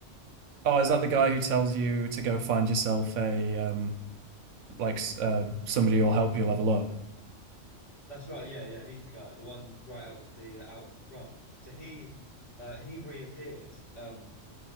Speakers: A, on the right; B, on the left.
A: Oh, is that the guy who tells you to go find yourself a um like s- uh, somebody who'll help you level up?
B: That's right. Yeah, yeah. He's the guy, the one right out of the uh, out of the front. So he uh, he reappears. Um,